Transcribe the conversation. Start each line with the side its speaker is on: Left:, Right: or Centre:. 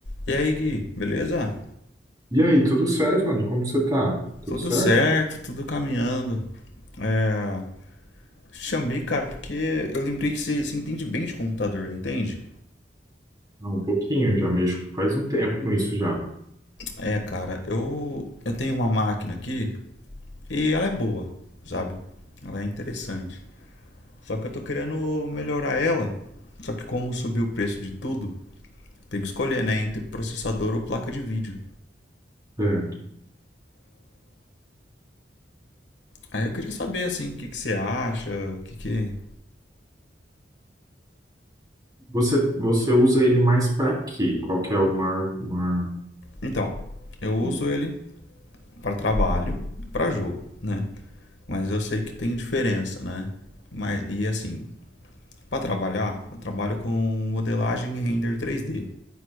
Left: E aí, Gui, beleza?
Right: E aí, tudo certo, mano? Como você tá? Tudo
Left: Tudo
Right: certo?
Left: certo, tudo caminhando. É, Chamei, cara, porque eu lembrei que você você entende bem de computador, não entende?
Right: Ah, um pouquinho, já mexo faz um tempo com isso já.
Left: É, cara, eu, eu tenho uma máquina aqui e ela é boa, sabe? Ela é interessante. Só que eu tô querendo melhorar ela. Só que como subiu o preço de tudo, tem que escolher, né, entre processador ou placa de vídeo.
Right: Certo.
Left: Aí eu queria saber, assim, o que que você acha, o que que...
Right: Você, você usa ele mais pra quê? Qual que é o maior, maior...
Left: Então, eu uso
Right: o-
Left: ele para trabalho, e para jogo, né? Mas eu sei que tem diferença, né? Mas, e assim, para trabalhar, eu trabalho com modelagem e render 3D.